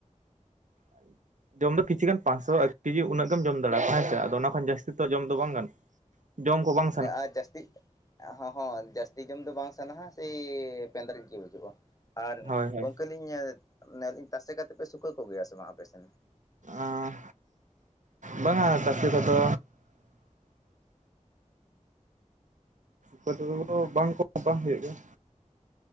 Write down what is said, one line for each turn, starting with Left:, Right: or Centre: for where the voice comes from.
Right: <unintelligible> ᱡᱚᱢ ᱫᱚ ᱠᱤᱪᱷᱩᱜᱟᱱ ᱯᱟᱸᱪᱥᱚ ᱮᱠ ᱠᱮᱡᱤ ᱩᱱᱟᱹᱜ ᱜᱮᱢ ᱡᱚᱢ ᱫᱟᱲᱮᱭᱟᱜᱼᱟ ᱦᱮᱸᱥᱮ ᱟᱫᱚ ᱚᱱᱟ ᱠᱷᱚᱱ ᱡᱟᱹᱥᱛᱤ ᱫᱚ ᱡᱚᱢ ᱫᱚ ᱵᱟᱝ ᱜᱟᱱᱼᱟ ᱡᱚᱢ ᱠᱚ ᱵᱟᱝ
Left: <unintelligible> ᱟ ᱡᱟᱹᱥᱛᱤᱜ ᱦᱚᱸ ᱡᱟᱹᱥᱛᱤ ᱡᱚᱢ ᱫᱚ ᱵᱟᱝ ᱥᱟᱱᱟᱣᱟ ᱥᱮ ᱯᱮᱱᱫᱨᱮᱡ ᱜᱮ ᱵᱩᱡᱩᱜᱼᱟ ᱟᱨ
Right: ᱦᱳᱭ ᱦᱳᱭ
Left: ᱜᱚᱝᱠᱮ ᱤᱧ ᱛᱟᱥᱮ ᱠᱟᱛᱮ ᱯᱮ ᱥᱩᱠᱟᱹ ᱠᱚᱜᱮᱭᱟ ᱥᱮ ᱵᱟᱝ ᱟᱯᱮᱥᱮᱱ
Right: ᱟᱸ ᱵᱟᱝᱟ ᱛᱟᱥᱮ ᱠᱚᱫᱚ ᱠᱚ <unintelligible> ᱵᱟᱝ ᱠᱚ ᱵᱟᱝ ᱦᱩᱭᱩᱜ ᱜᱮᱭᱟ